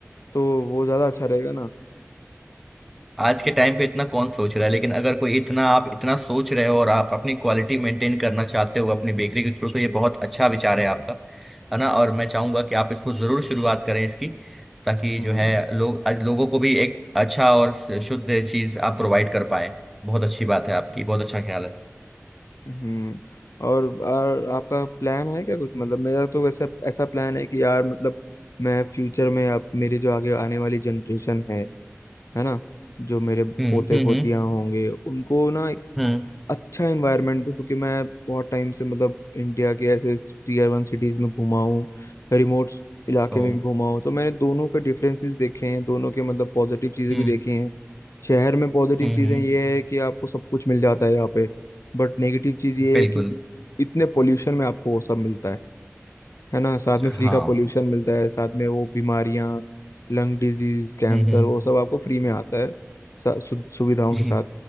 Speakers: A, on the left (about 85°); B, in the centre.
A: तो वो ज्यादा अच्छा रहेगा ना
B: आज के टाइम पे इतना कौन सोच रहा है लेकिन अगर कोई इतना आप इतना सोच रहे हो और आप अपनी क्वालिटी मेंटेन करना चाहते हो अपनी बेकरी के थ्रू तो ये बहुत अच्छा विचार है आपका है ना और मैं चाहूंगा कि आप इसको जरूर शुरुआत करें इसकी ताकि
A: हम्म
B: जो है लोग आज लोगों को भी एक अच्छा और शुद्ध चीज आप प्रोवाइड कर पाए बहुत अच्छी बात है आपकी बहुत अच्छा ख्याल है
A: हम्म और, और आपका प्लान है क्या कुछ मतलब मेरा तो वैसा ऐसा प्लान है कि यार मतलब मैं फ्यूचर में अब मेरे जो आगे आने वाली जनरेशन है है ना जो मेरे पोते
B: हम्म हम्म
A: पोतियां
B: हम्म
A: होंगे उनको ना एक
B: हम्म
A: अच्छा एनवायरनमेंट दूं क्योंकि मैं बहुत टाइम से मतलब इंडिया के ऐसे टीयर वन सिटीज में घुमा हूँ रिमोट इलाके
B: ओ
A: में भी घुमा हूँ तो मैंने दोनों के डिफरेंसेस देखे हैं दोनों के मतलब पॉजिटिव चीजें
B: हम्म
A: भी देखी हैं शहर में पॉजिटिव
B: हम्म
A: चीजें
B: हम्म
A: ये है कि आपको सब कुछ मिल जाता है यहाँ पे बट नेगेटिव चीज ये
B: बिल्कुल
A: है कि इत- इतने पोल्यूशन में आपको वो सब मिलता है है ना साथ में
B: हाँ
A: फ्री का पोल्यूशन मिलता है साथ में वो बीमारियां लंग डिजीज कैंसर
B: हम्म
A: वो सब आपको फ्री में आता है सा- सु, सुविधाओं
B: हम्म
A: के साथ